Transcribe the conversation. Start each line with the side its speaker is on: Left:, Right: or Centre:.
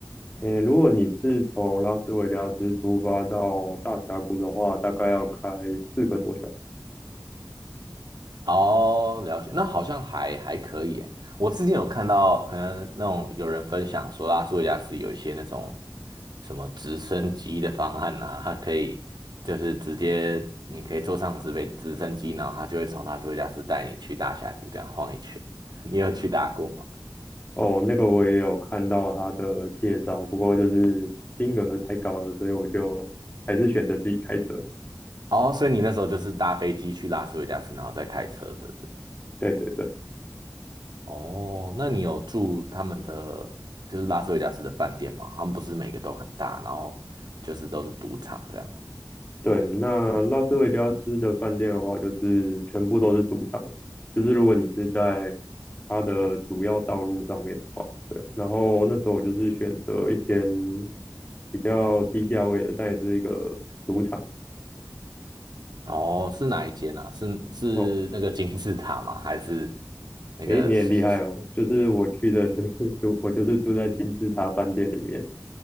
Left: 诶，如果你是从拉斯维加斯出发到大峡谷的话，大概要开四个多小时。
Right: 哦，了解，那好像还还可以诶。我之前有看到，可能那种有人分享说，拉斯维加斯有一些那种什么直升机的方案啊，它可以就是直接你可以坐上直飞直升机，然后它就会从拉斯维加斯带你去大峡谷这样晃一圈。<laughs> 你有去搭过吗？
Left: 哦，那个我也有看到他的介绍，不过就是金额太高了，所以我就还是选择自己开车。
Right: 哦，所以你那时候就是搭飞机去拉斯维加斯，然后再开车，是不是？
Left: 对对对
Right: 哦，那你有住他们的就是拉斯维加斯的饭店吗？他们不是每个都很大，然后就是都是赌场这样。
Left: 对，那拉斯维加斯的饭店的话，就是全部都是赌场，就是如果你是在它的主要道路上面的话，对。然后那时候我就是选择一间比较低价位的，但也是一个赌场。
Right: 哦，是哪一间啊？是是那个金字塔吗？
Left: 哦，
Right: 还是那个是是是？
Left: 诶，你也厉害哦！就是我去的，就是住，我就是住在金字塔饭店里面。